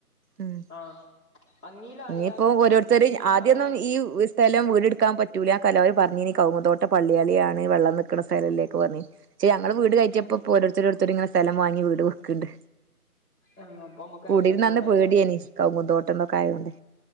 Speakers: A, on the right; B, on the left.
A: ഉം
B: ആഹ് അങ്ങീലായാലും
A: ഇനിയിപ്പോ ഓരോരുത്തര്
B: ഇങ്ങീക്കാണ്
A: ആദ്യാന്നും ഈ <unintelligible> സ്ഥലം വീട്ട്ക്കാൻ പറ്റൂല എലോരും പറഞ്ഞീന്നു കൗങ്ങും തോട്ടം പള്ളിയളിയാണ് വെള്ളംനിക്ക്ണ സ്ഥലലേക്കെ പറഞ്ഞ് പക്ഷേ ഞങ്ങള് വീട്കയറ്റേപ്പൊ
B: ഉം
A: ഓരോരുത്തര് ഒരോത്തര് സ്ഥലം വാങ്ങി വീട് വെക്ക്ണ്ട്
B: ആഹ് അപ്പൊ നമ്മുക്ക്
A: കുടിര്ന്നന്ന്
B: അയൽവാസികളായില്ലേ
A: പേടിയനി കൗങ്ങും തോട്ടംഒക്കെ ആയതോണ്ട്